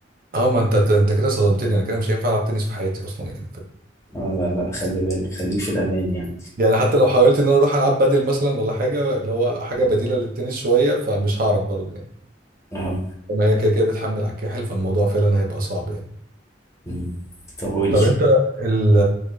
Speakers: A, on the right; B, on the left.
A: اه ما انت انت كده صدمتني انا كده مش هينفع العب تنس في حياتي اصلا يعني
B: اه لا لا خلي بالك خليك في الأمان يعني
A: يعني حتى لو حاولت ان انا اروح العب بدل مثلا ولا حاجه اللي هو حاجه
B: مم.
A: بديله للتنس شويه فمش هعرف برضه يعني
B: أهو
A: لما هي كده كده بتحمل على الكاحل فالموضوع فعلا هيبقى صعب يعني
B: مم. طب قول لي
A: طب انت ال